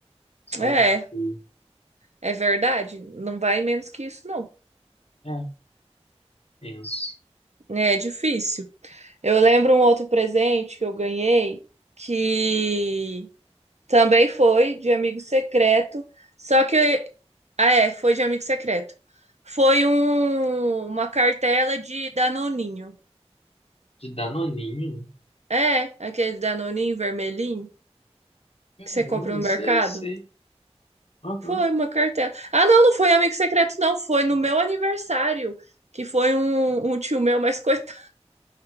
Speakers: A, on the left (about 60°); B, on the right (about 80°).
A: sabe?
B: É,
A: Tipo,
B: é verdade. Não vai menos que isso, não.
A: é, penso.
B: É difícil. Eu lembro um outro presente que eu ganhei que também foi de amigo secreto, só que. Ah, é, foi de amigo secreto. Foi um, uma cartela de Danoninho.
A: De Danoninho?
B: É, aquele Danoninho vermelhinho que você
A: Caramba,
B: compra no
A: sei,
B: mercado.
A: sei. Aham.
B: Foi uma cartela. Ah, não, não foi amigo secreto, não. Foi no meu aniversário, que foi um, um tio meu, mas <laughs> coitado.